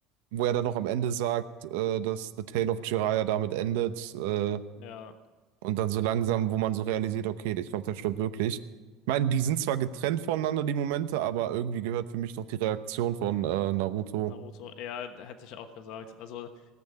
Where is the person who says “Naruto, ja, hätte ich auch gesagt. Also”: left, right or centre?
Left